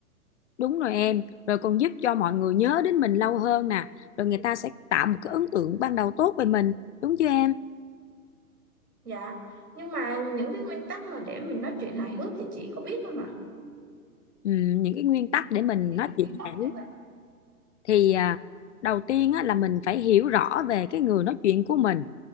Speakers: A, on the left; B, on the right.
A: Đúng rồi em, rồi còn giúp cho mọi người nhớ đến mình lâu hơn nè, rồi người ta sẽ tạo một cái ấn tượng ban đầu tốt về mình, đúng chưa em?
B: dạ nhưng mà những cái nguyên tắc mà để mình nói chuyện hài hước thì chị có biết không ạ
A: Ừm, những cái nguyên tắc để mình
B: Những
A: nói
B: cái nguyên
A: chuyện
B: tắc
A: hài hước
B: để mà
A: thì à, đầu tiên á, là mình phải hiểu rõ về cái người nói chuyện của mình